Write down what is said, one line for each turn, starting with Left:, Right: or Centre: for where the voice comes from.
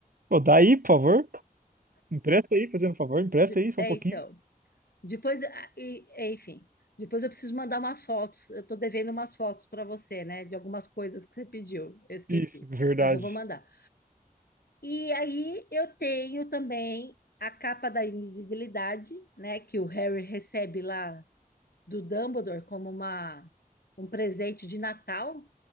Right: pô, dá aí, por favor. Empresta aí, fazendo um favor, empresta
Left: De-
Right: aí só
Left: É,
Right: um pouquinho.
Left: então. Depois, ah, e- é, enfim, depois eu preciso mandar umas fotos. Eu tô devendo umas fotos para você, né? De algumas coisas que você pediu. Eu esqueci,
Right: Isso, verdade.
Left: mas eu vou mandar. E aí eu tenho também a capa da invisibilidade, né? Que o Harry recebe lá do Dumbledore como uma, um presente de Natal.